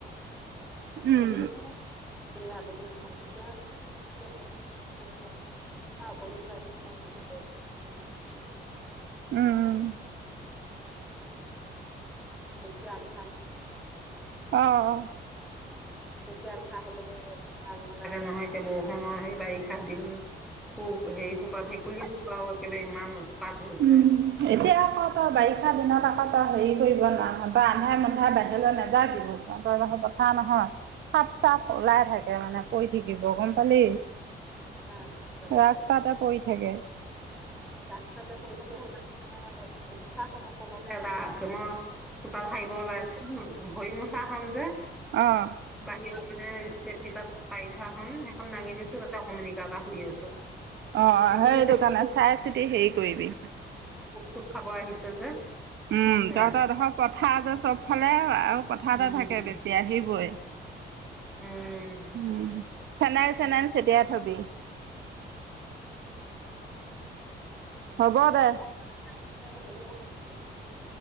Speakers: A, in the centre; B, on the right.
A: সমত
B: উম,
A: যাব <unintelligible> <unintelligible> উ <inaudible>
B: উম, উম,
A: <inaudible> <unintelligible>
B: অহ-অহ
A: এতিয়া আন্ধাৰ হলে ভাল নালাগে নহয় এতিয়া বৰষুণৰ সেই বাৰিষা দিন। ঐ সেই সোপা ভেকুলি আৰু একেবাৰে ইমান উৎপাত হৈছে।
B: উম এতিয়া আকৌ তই বাৰিষা দিনত আ ত হেৰি কৰিব নোৱাৰ তই আন্ধাই মুন্ধাই বাহিৰলৈ নাযাবি তই কথা নহয়। সাপ-চাপ ওলাই থাকে মানে পৰি থাকিব গম পালি?
A: <unintelligible> ৰাস্তাতে
B: ৰাস্তাতে পৰি থাকে।
A: পৰি থাকে, সেইদিনাখন আমাৰ ৰিক্সা খনৰ তলতে এটা আছে মই চোতাল সাৰিব ওলাইছো ভৰি মোচা খন যে।
B: অহ।
A: বাহিৰৰ ষ্টেপ কেইটাত পাৰি থোৱা খন সেইখন দাঙি দিছো তাতে অকমানি দাদা শুই আছে।
B: অ
A: ভেকুলী
B: সেইটো
A: চেকুলী
B: কাৰণে চাই চিতি হেৰি কৰিবি।
A: পোক চুক খাব আহিছে যে।
B: উম
A: হে
B: তহঁতৰ এডখৰ পথাৰ যে চব ফালে আৰু পথাৰতে
A: উম।
B: থাকে বেছি আহিবই।
A: উম।
B: উম, ফেনাইল চেনাইল চিতিয়াই থবি।
A: <unintelligible>
B: হ'ব দে।